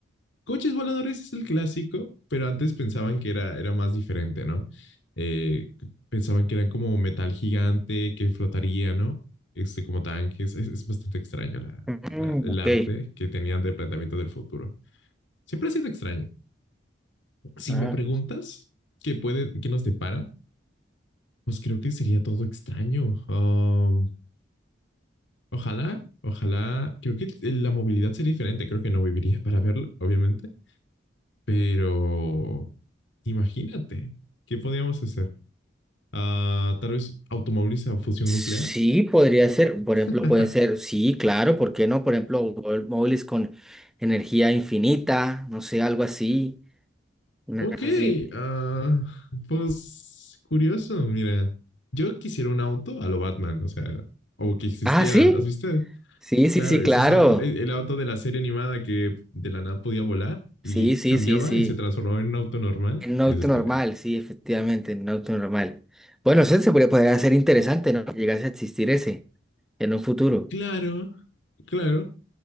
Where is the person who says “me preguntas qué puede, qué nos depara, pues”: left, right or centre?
Left